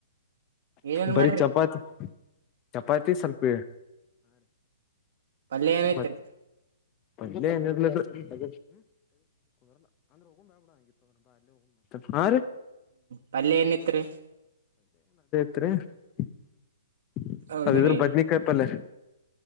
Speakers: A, on the right; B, on the left.
A: ಏನೇನ್
B: ಬರಿೀ
A: ಮಾಡ್ರಿ
B: ಚಪಾತಿ ಚಪಾತಿ ಸ್ವಲ್ಪ
A: ಪಲ್ಯ ಏನೈತ್ರಿ
B: ಮತ್ತೇನ್ ಇಲ್ರಿ <inaudible>
A: ಪಲ್ಯ ಎನೆತ್ರಿ
B: <inaudible>
A: ಹೌದ್ರಿ
B: ಅದ್ರ ಬದನಿಕಾಯಪಲ್ಯ <inaudible>